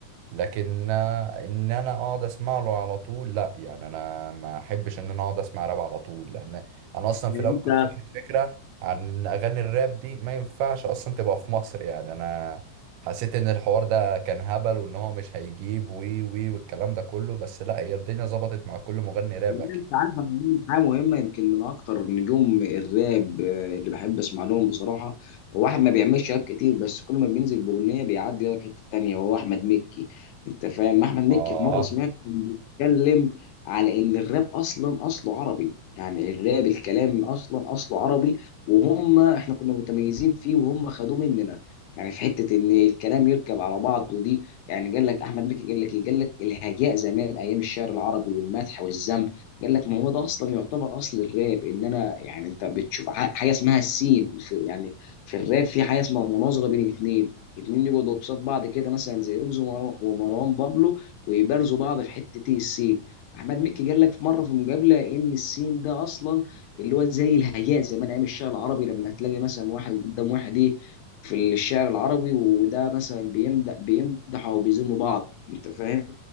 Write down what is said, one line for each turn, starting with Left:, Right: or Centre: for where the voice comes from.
Right: لكن آه، ان انا اقعد اسمع له على طول لا يعني انا ما احبش ان انا اقعد اسمع راب على طول لان انا اصلا
Left: يعني
Right: في الاول
Left: انت
Right: كنت واخد فكره عن ان اغاني الراب دي ما ينفعش اصلا تبقى في مصر يعني انا حسيت ان الحوار ده كان هبل وان هو مش هيجيب وي وي والكلام ده كله بس لا هي الدنيا ظبطت مع كل مغني راب
Left: يعني
Right: اكيد
Left: انت عارف انا عندي حاجه مهمه يمكن من اكتر نجوم الراب آه، اللي بحب اسمع لهم بصراحه هو واحد ما بيعملش راب كتير بس كل ما بينزل باغنيه بيعدي لك حته تانيه هو احمد مكي انت فاهم احمد مكي
Right: اه
Left: في مره سمعت كان بيتكلم على ان الراب اصلا اصله عربي يعني الراب الكلام اصلا اصله عربي وهم احنا كنا متميزين فيه وهم خدوه مننا يعني في حته ان الكلام يركب على بعضه دي يعني قال لك احمد مكي قال لك ايه قال لك الهجاء زمان ايام الشعر العربي والمدح والذم قال لك ما هو ده اصلا يعتبر اصل الراب ان انا يعني انت بتشوف ح- حاجه اسمها السين في يعني في الراب في حاجه اسمها مناظره بين اتنين اتنين يقعدوا قصاد بعض كده مثلا زي ويجز ومر- ومروان بابلو ويبارزوا بعض في حته ايه السين احمد مكي قال لك في مره في مقابله ان السين ده اصلا اللي هو زي الهياء زمان ايام الشعر العربي لما تلاقي مثلا واحد قدام واحد ايه في الشعر العربي وده مثلا بيمدح بيمدح او بيذم بعض انت فاهم